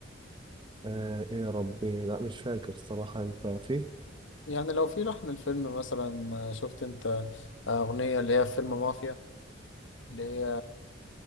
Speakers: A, on the right (about 25°); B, on the left (about 85°).
A: آه ايه يا ربي لا مش فاكر الصراحه انت فيه
B: يعني لو في لحن الفيلم مثلا آه، شفت انت أغنية اللي هي في فيلم مافيا اللي هي